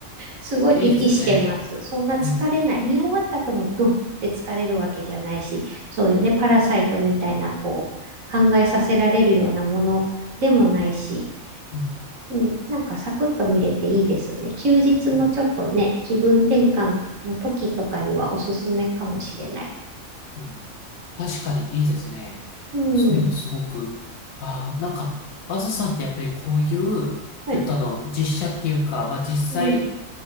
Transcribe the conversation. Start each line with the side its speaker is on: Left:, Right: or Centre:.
Right: すごい適してます。
Left: いいですね。
Right: そんな疲れない。
Left: うんうん。
Right: 見終わった後もドンって疲れるわけじゃないし、そういうね、パラサイトみたいな、こう、考えさせられるようなものでもないし、
Left: うん
Right: うん、なんかサクッと見れていいですね。休日のちょっとね、
Left: うん。うん
Right: 気分転換の時とかにはおすすめかもしれない。
Left: うん確かにいいですね。
Right: うん。
Left: そういうのすごく。ああ、なんか、あずさんってやっぱりこういう、
Right: はい
Left: ちょっとあの、実写っていうか、まあ実際、
Right: うん